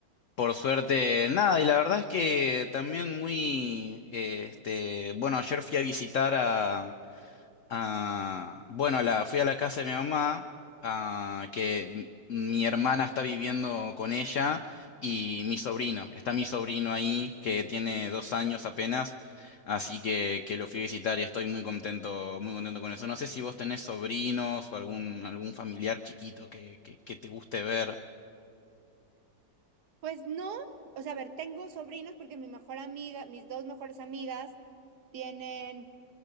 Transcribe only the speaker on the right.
Pues no, o sea, a ver, tengo sobrinos porque mi mejor amiga, mis dos mejores amigas tienen,